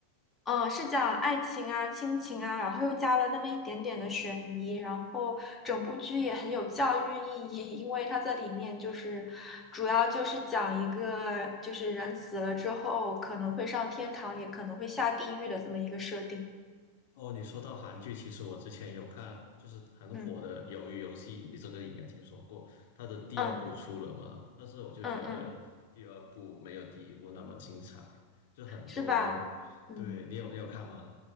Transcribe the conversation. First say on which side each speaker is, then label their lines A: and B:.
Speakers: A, on the left; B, on the left.
A: 嗯，是讲爱情啊、亲情啊，然后又加了那么一点点的悬疑，然后整部剧也很有教育意义，因为它在里面就是主要就是讲一个就是人死了之后可能会上天堂，也可能会下地狱的这么一个设定。
B: 哦，你说到韩剧，其实我之前有看，就是很火的《鱿鱼游戏》，
A: 嗯
B: 你这个应该听说过。它的第二部出了嘛？
A: 嗯
B: 但是我就觉得第二部没有第一部那么精彩，
A: 嗯嗯，
B: 就很多。
A: 是吧？嗯。
B: 对，你有你有看吗？